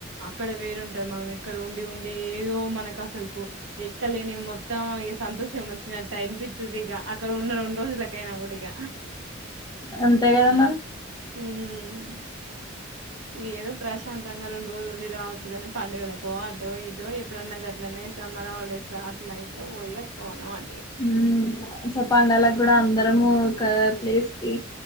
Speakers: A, on the right; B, on the left.
A: అక్కడ వేరుంటాది మనం ఇక్కడ ఉండి ఉండి ఏదో మనకు సల్కు ఎక్కలేని మొత్తం సంతోషం వచ్చినట్టు అనిపిస్తుది ఇక అక్కడ ఉన్న రెండు రోజులకైనా కూడా ఇక
B: అంతే కద మరి
A: మ్మ్ ఏదో ప్రశాంతంగా రెండు రోజులు ఉండి రావచ్చుగానీ పండుగలకు అటో ఇటో ఎప్పుడన్నా గట్లనే మనం హాలిడేస్ లా అట్లా ఇట్లా పోయస్తామనం అ
B: ఉమ్ మంచిగా పండాలకు కూడా అందరము ఒక ప్లేస్ కి